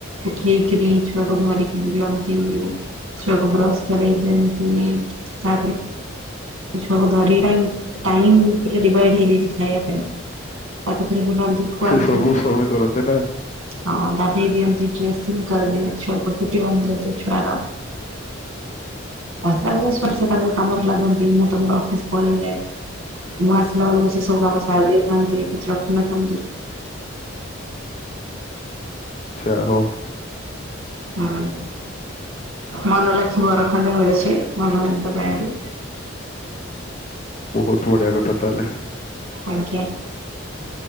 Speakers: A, on the right (about 80°); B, on the left (about 35°).
A: ଉଠେଇକିରି ଛୁଆକୁ ଧରିକି ବୁଲନ୍ତି। ଛୁଆକୁ ବ୍ରସ୍ କରେଇ ଦିଅନ୍ତି ତାପରେ ମୁଁ ଛୁଆ କୁ ଧରିନାହିଁ ଟାଇମ ଡିଭାଇଡ ହେଇଯାଇଛି ଖାଇବା ପାଇଁ। ତାକୁ ଧରି ବୁଲାନ୍ତି। ଖୁଆନ୍ତି
B: ସେ ସବୁ ସ୍ୱାମୀ କରନ୍ତି ନା।
A: ହଁ ଗାଧେଇ ଦିଅନ୍ତି ଡ୍ରେସିଂ କରିଦିଅନ୍ତି ଛୁଆକୁ ଚୁଟିବାନ୍ଧି ଦିଅନ୍ତି ଛୁଆର। ତା ତାଙ୍କର <unintelligible> ତାଙ୍କ କାମରେ ଲାଗନ୍ତି ମୁଁ ତମର ଅଫିସ ପଳେଇଯାଏ। ମୁଁ ଆସିଲା ବେଳକୁ ସେ ସବୁ କାମ ସାରିଦେଇଥାନ୍ତି କିଛି ରଖିନଥାନ୍ତି।
B: ଆଚ୍ଛା ହଉ।
A: ହଁ ମନ ଲାଖି ବର ଖଣ୍ଡେ ମିଳିଛି ଭଗବାନଙ୍କ ଦୟାରୁ।
B: ବହୁତ ବଢିଆ କଥା ତାହେଲେ
A: ଆଜ୍ଞା।